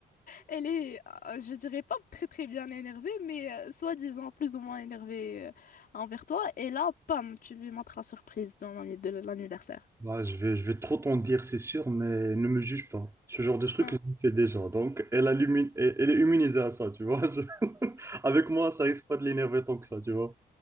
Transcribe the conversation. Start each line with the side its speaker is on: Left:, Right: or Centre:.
Left: elle est, euh, je dirais pas très très bien énervée, mais euh, soi-disant plus ou moins énervée euh, envers toi. Et là, pam, tu lui montres la surprise dans l'anni- de l'anniversaire.
Right: Bah, je vais, je vais trop t'en dire, c'est sûr, mais ne me juge pas. Ce genre de truc,
Left: Hein?
Right: je le fais déjà. Donc, elle, a l'immu- elle elle est immunisée à ça, tu vois. Je- <laughs> Avec moi, ça risque pas de l'énerver tant que ça, tu vois.